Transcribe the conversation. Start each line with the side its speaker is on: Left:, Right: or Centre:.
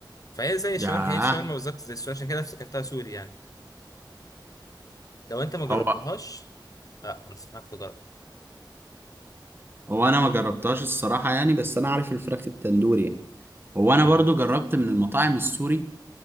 Left: فهي زي الشاورما
Right: ياه
Left: هي الشاورما بالظبط زي السوري عشان كده افتكرتها سوري يعني لو انت ما جربتهاش
Right: هو
Left: لا انصحك تجرب
Right: هو انا ما جربتهاش الصراحه يعني بس انا عارف الفراخ التندوري يعني هو انا
Left: اه
Right: برضو جربت من المطاعم السوري